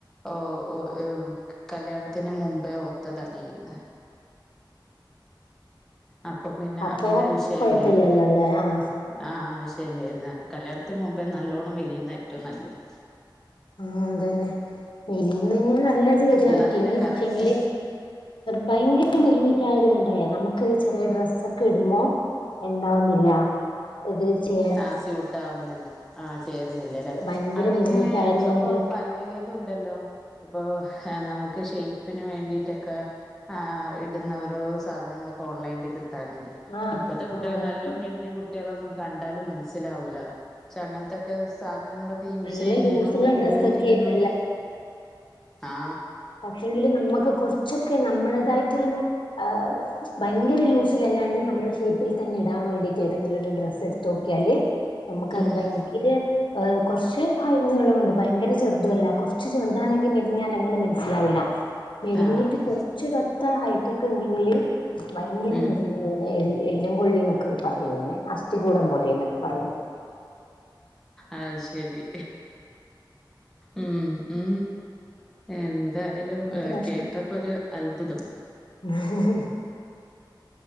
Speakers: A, in the centre; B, on the left.
A: ഓ ഒ കല്യാണത്തിന് മുമ്പേ ഒത്തതടിയിരുന്നു. അപ്പൊ പിന്നെ
B: അപ്പൊ
A: അങ്ങനെ വിഷയല്ലേരുന്നു.
B: കൊഴപ്പില്ലല്ലോ അല്ലേ ആഹ്
A: ആഹ് ആവശ്യംല്ലുന്ന് അപ്പൊ കല്യാണത്തിന് മുമ്പേ നല്ലോണ്ണം മെലിയുന്ന ഏറ്റവും നല്ലത്.
B: ആഹ് അതന്നെ മെലിന്നന്നെയ നല്ലത് ഒര്
A: എന്നാ
B: കണക്കിന്
A: പിന്നെ കറക്റ്റ്
B: പക്ഷെങ്കില്. ഭയങ്കര മെലിഞ്ഞിറ്റായത് കൊണ്ടേ നമുക്ക് ചെറിയ ഡ്രസ്സൊക്കെ ഇടുമ്പോ. എന്താവുന്നില്ല ഇത് ചേ
A: ആ സ്യൂട്ടാവുന്നിണ്ട് ആ ചേരുന്നില്ലേ അല്ലേ
B: ഭയങ്കര
A: അതിന്
B: മെലിഞ്ഞിട്ടായത് കൊണ്ട്
A: ഇപ്പൊ പ പലേതുണ്ടല്ലോ ഇപ്പൊ നമുക്ക് ഷെയ്പ്പിന് വേണ്ടിട്ടൊക്കെ. ആ ഇടുന്ന ഓരോ സാധനങ്ങളക്കെ ഓൺലൈനിൽ കിട്ടാനുണ്ട്.
B: ആഹ്
A: ഇപ്പത്തെ കുട്ടികൾ
B: അവർക്ക്
A: നല്ലോ മെലിഞ്ഞ കു കുട്ട്യോളൊന്നും കണ്ടാലും മനസിലാവുല. പക്ഷെ അങ്ങനത്തൊക്കെ സാധനങ്ങള്. യൂസ്
B: നല്ല
A: ചെയ്യുന്നെനൊണ്ട്,
B: ലൂസുള്ള
A: ഉപയോഗിക്കുന്നെനൊണ്ട്
B: ഡ്രസ്സൊക്കെയാ ഇപ്പ
A: ആ
B: പക്ഷെങ്കിലും നമുക്ക് കുറച്ചൊക്കെ നമ്മളേതായിട്ടുള്ള ആ ഭയങ്കര ലൂസിലല്ലാണ്ട് നമ്മുടെ ഷേപ്പിൽ തന്നെ ഇടാൻ വേണ്ടിയിട്ട് ഏതെങ്കിലും ഒരു ഡ്രസ്സ് എടുത്തോക്കിയാല്. നമുക്കത്
A: ഉം
B: ഭയങ്കര. ഏ കുറച്ച് ഹൈന്നീളോണ്ട് ഭയങ്കര ചെറുതുഅല്ല കുറച്ച് ചെറുതാണെങ്കി മെലിഞ്ഞാലങ്ങനെ മെലി മനസ്സിലാവില്ല മെലിഞ്ഞിട്ട്
A: ആഹ്
B: കൊർച്ചൊരൊത്ത ഹൈറ്റക്കെണ്ടെങ്കില്. ഭയങ്കര
A: ഉം
B: മെലിഞ്ഞിരുന്നാലേ എ എല്ലും കൊള്ളി എന്നൊക്കെ പറയും ഇങ്ങനെ അസ്ഥികൂടം പോലെ എന്നൊക്കെ പറയും.
A: അത് ശരി. ഉം ഉ. എന്തായാലും
B: ആ
A: ഏ
B: പ്രശ്നം
A: കേട്ടപ്പോരു അത്ഭുതം.
B: <unintelligible>